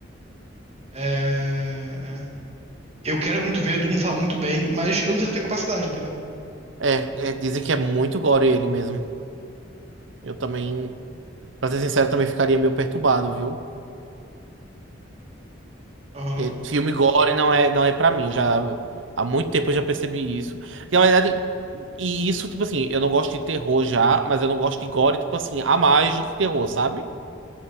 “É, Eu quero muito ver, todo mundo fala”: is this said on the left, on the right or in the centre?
Right